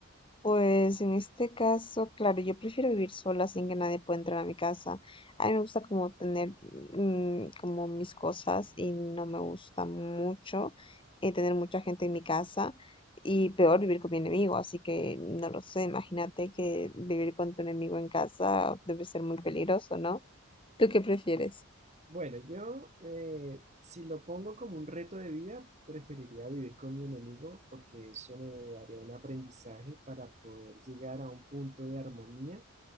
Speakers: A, on the left; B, on the right.
A: Pues en este caso, claro, yo prefiero vivir sola sin que nadie pueda entrar a mi casa. A mí me gusta como tener mm, como mis cosas y no me gusta mucho eh, tener mucha gente en mi casa y peor vivir con mi enemigo, así que no lo sé, imagínate que vivir con tu enemigo en casa debe ser muy peligroso, ¿no? ¿Tú qué prefieres?
B: Bueno, yo eh, si lo pongo como un reto de vida, preferiría vivir con mi enemigo porque eso me daría un aprendizaje para poder llegar a un punto de armonía